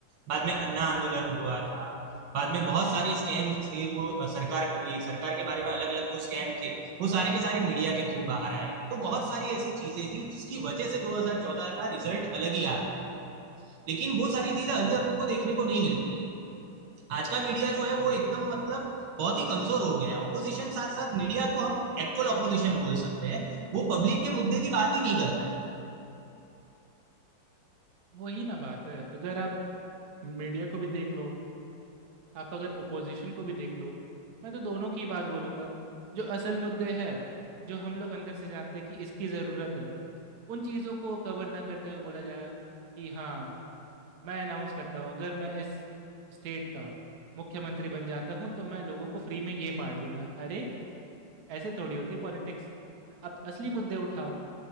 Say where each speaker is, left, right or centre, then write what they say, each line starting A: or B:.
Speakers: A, on the right; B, on the right.
A: बाद में अन्ना आंदोलन हुआ था बाद में बहुत सारे स्कैम थे वो अ, सरकार ये सरकार के बारे में अलग अलग जो स्कैम थे वो सारे के सारे मीडिया के थ्रू बाहर आए थे तो बहुत सारी ऐसी चीजें थी जिसकी वजह से 2014 का रिजल्ट अलग ही आ गया लेकिन वो सारी चीजें अभी हमको देखने को नहीं मिलती है आज का मीडिया जो है वो एकदम मतलब बहुत ही कमजोर हो गया है ऑपोजिशन साथ साथ मीडिया को हम एक्चुअल ऑपोजिशन बोल सकते हैं वो पब्लिक के मुद्दे की बात ही नहीं करता है
B: वही ना बात है अगर आप मीडिया को भी देख लो आप अगर ओपोजिशन को भी देख लो मैं तो दोनों की बात बोलूंगा जो असल मुद्दे हैं जो हम लोग अंदर से जानते हैं कि इसकी ज़रूरत है उन चीज़ों को कवर ना करते हुए बोला जाएगा कि हाँ मैं अनाउंस करता हूँ अगर मैं इस स्टेट का मुख्यमंत्री बन जाता हूँ तो मैं लोगों को फ्री में ये बांट दूंगा अरे ऐसे थोड़ी होती है पॉलिटिक्स आप असली मुद्दे उठाओ